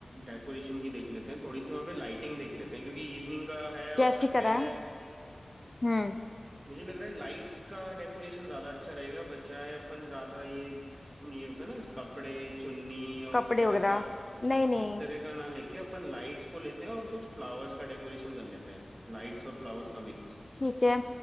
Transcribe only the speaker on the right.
डेकोरेशन की देख लेते हैं थोड़ी सी वहाँ पे लाइटिंग देख लेते हैं क्योंकि इवनिंग का है और
छत
पे है
मुझे लग रहा है लाइट्स का डेकोरेशन ज्यादा अच्छा रहेगा बजाय अपन ज्यादा ये ये होता है ना कपड़े चुन्नी और
इस तरह
का
इस तरह का ना लेके अपन लाइट्स को लेते हैं और कुछ फ्लावर्स का डेकोरेशन कर लेते हैं लाइट्स और फ्लावर्स का मिक्स